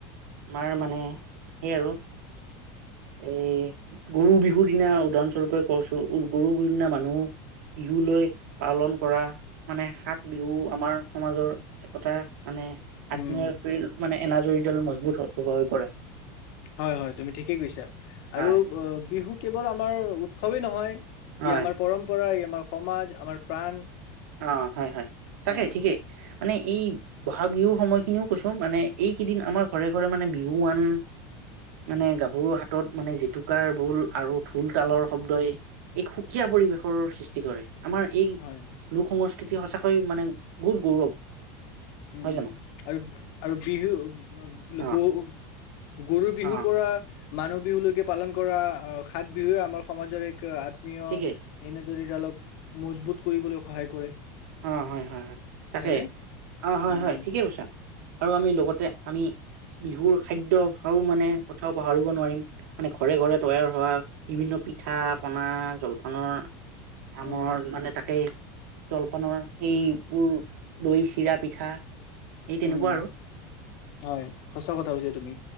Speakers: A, on the right; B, on the left.
A: আমাৰ মানে সেই আৰু উম গৰু বিহুৰ দিনা উদাহৰণ সস্বৰূপে কৰছো গৰু বিহুৰ দিনা মানুহ বিহু লৈ পালন কৰা মানে বিহু আমাৰ সমাজৰ একতা মানে আত্মীয়
B: উম
A: মানে এনাজৰীডাল মজবুত হৈ হব পৰে।
B: হয় হয়, তুমি ঠিকেই কৈছা,
A: হয়
B: আৰু বিহু কেৱল আমাৰ উৎসৱেই নহয়,
A: হয়
B: ই আমাৰ পৰম্পৰা, ই আমাৰ সমাজ, আমাৰ প্ৰাণ
A: অঁ, হয় হয়, তাকেই
B: হয়
A: ঠিকেই মানে এই বহাগ বিহুৰ সময়খিনিও কৈছো, মানে এইকেইদিন আমাৰ ঘৰে ঘৰে মানে বিহুৱুৱান মানে গাভৰুৰ হাতত মানে জেতুকাৰ ভোল আৰু ঢোল তালৰ শব্দই, এক সুকীয়া পৰিৱেশৰ সৃষ্টি কৰে। আমাৰ এই
B: হয়
A: সংস্কৃতি সঁচাকৈ মানে, বহুত গৌৰৱ।
B: উম
A: হয় জানো
B: আৰু আৰু বিহু, <unintelligible>
A: অ
B: গ গৰু বিহুৰ
A: অ
B: পৰা মানুহ বিহুলৈকে পালন কৰা, অ' সাত বিহুৱে আমাৰ সমাজৰ এক আ্মীয়
A: ঠিকেই
B: এনে যৰি ডালক মজবুত কৰিবলৈ সহায় কৰে।
A: অ, হয়-হয়-হয়, তাকে
B: হয়নে
A: অ, হয়-হয়,
B: উম
A: ঠিকে কৈছা। আৰু আমি লগতে, আমি বিহুৰ খাদ্য় মানে কথাও পাহৰিব নোৱাৰিম, মানে ঘৰে ঘৰে তৈয়াৰ হোৱা বিভিন্ন পিঠা,
B: উম
A: পনা, জলপ আনৰ আমৰ
B: উম
A: মানে তাকেই জলপ পানৰ সেইবোৰ, দৈ চিৰা, পিঠা এই তেনেকুৱা
B: উম।
A: আৰু।
B: হয়, সঁচা কথা কৈছ তুমি,